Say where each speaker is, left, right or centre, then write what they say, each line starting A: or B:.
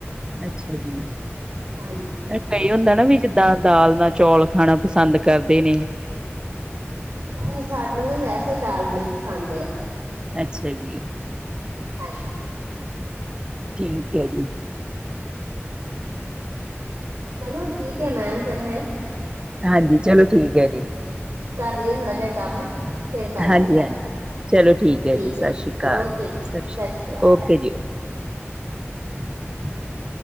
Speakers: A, on the right (about 20°); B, on the right (about 70°).
A: ਅੱਛਾ ਜੀ
B: ਹਾਂਜੀ।
A: ਕਈ ਹੁੰਦਾ ਨਾ ਵੀ ਜਿਦਾਂ ਦਾਲ ਨਾਲ ਚੌਲ ਖਾਣਾ ਪਸੰਦ ਕਰਦੇ ਨੇ।
B: ਨ‌ਈ ਸਾਨੂੰ ਨਾ ਵੈਸੇ ਦਾਲ ਬੜੀ ਪਸੰਦ ਏ ਆ।
A: ਅੱਛਾ ਜੀ,
B: ਹਾਂਜੀ
A: ਠੀਕ ਐ ਜੀ।
B: ਚਲੋ ਠੀਕ ਐ ਮੈਮ ਫੇਰ ਹੈਅ।
A: ਹਾਂਜੀ ਚਲੋ ਠੀਕ ਐ ਜੀ।
B: ਕਰ ਲਈਏ ਥੋੜਾ ਜਾ ਕੰਮ, ਫੇਰ ਕਰਦੀ
A: ਹਾਂਜੀ
B: ਆ ਗੱਲ।
A: ਹਾਂਜੀ ਚਲੋ
B: ਠੀਕ
A: ਹੈ ਸਤਿ
B: ਐ ਜੀ
A: ਸ਼੍ਰੀ ਅਕਾਲ
B: ਓਕੇ ਜੀ, ਸਤਿ
A: ਅਕਾਲ
B: ਸ਼੍ਰੀ ਕਾਲ।
A: ਓਕੇ ਜੀ।
B: <inaudible>